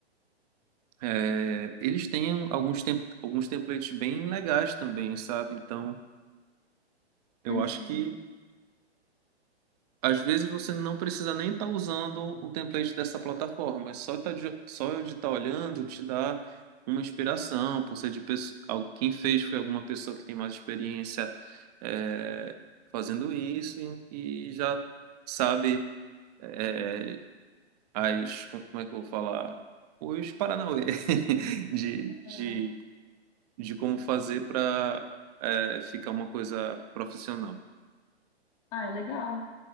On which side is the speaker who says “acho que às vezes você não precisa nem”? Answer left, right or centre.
Right